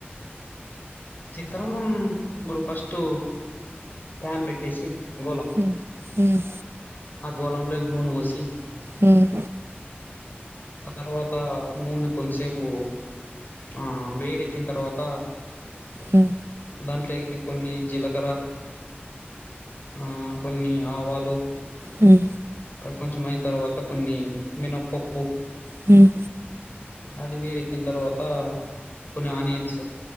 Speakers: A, on the left (about 50°); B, on the right (about 80°).
A: చిత్రన్నం ఇప్పుడు ఫస్టు ఫ్యాన్ పెట్టేసి గోలం
B: మ్మ్ మ్మ్
A: ఆ గోలం లోకి నూనె పోసి
B: హమ్
A: ఆ తర్వాత నూనె కొంసేపు ఆ వేడెక్కిన తర్వాత
B: మ్
A: దాంట్లో ఇవి కొన్ని జిలకర ఆ కొన్ని ఆవాలు
B: మ్
A: తర్వాత కొంచం అయిన తర్వాత కొన్ని మినప్పప్పు
B: హమ్
A: అది వేడిక్కిన తర్వాత కొన్ని ఆనియన్స్